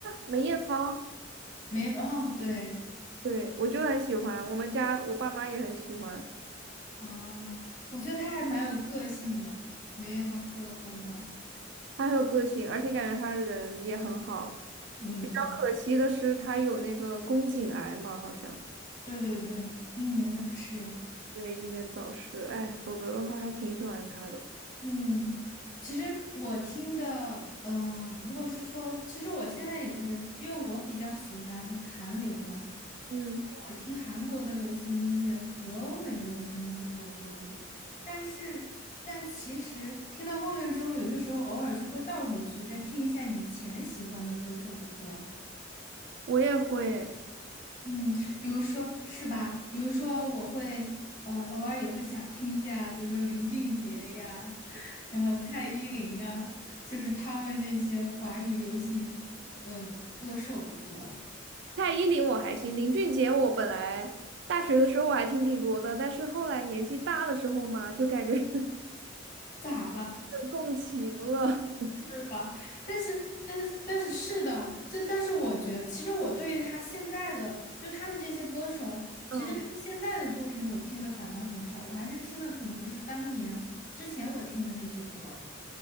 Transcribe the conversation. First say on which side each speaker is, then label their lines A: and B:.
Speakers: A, on the right (about 60°); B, on the left (about 45°).
A: 梅艳芳，
B: 梅，哦，对，
A: 对我就很喜欢，我们家我爸妈也很喜欢，
B: 哦，我觉得他还蛮有个性的。梅艳芳说到他的话，
A: 她很有个性，而且感觉她人也很好。
B: 嗯，
A: 比较可惜的是，她有那个宫颈癌嘛，好像
B: 对对对，英年早逝啊。
A: 对，英年早逝，哎，否则的话还挺喜欢她的。
B: 嗯，其实我听的，嗯，如果是说，其实我现在也是，因为我比较喜欢韩流嘛，
A: 嗯，
B: 我听韩国的流行音乐和欧美的流行音乐会比较多一点。但是，但其实听到后面之后，有些时候偶尔就会倒回去，再听一下以前喜欢的歌手的歌。
A: 我也会。
B: 嗯，比如说是吧？比如说我会呃偶尔也会想听一下，比如说林俊杰呀，<laughs> 然后蔡依林啊，就是他们这些华语流行嗯歌手的歌，
A: 蔡依林我还行，林俊杰我本来大学的时候我还听挺多的，但是后来年纪大的时候嘛，就感觉 <laughs>
B: 咋了？
A: 有共情了。
B: 是吧？但是但是但是是的，这但是我觉得，其实我对他现在的就他们这些歌手，其实他们现在的作品我听的反而很少，
A: 嗯，
B: 我还是听的可能就是当年之前我听的那些歌。